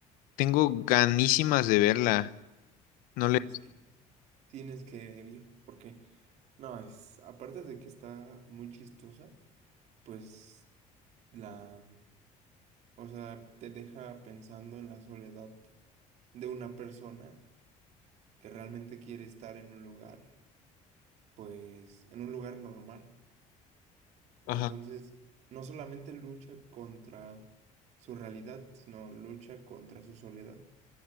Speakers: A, on the left (about 75°); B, on the right (about 55°).
A: tengo ganísimas de verla. No
B: tienes
A: le.
B: que, tienes que, viejo, porque no, es, aparte de que está muy chistosa, pues la, o sea, te deja pensando en la soledad de una persona que realmente quiere estar en un lugar, pues, en un lugar normal. Entonces,
A: Ajá.
B: no solamente lucha contra su realidad, sino lucha contra su soledad.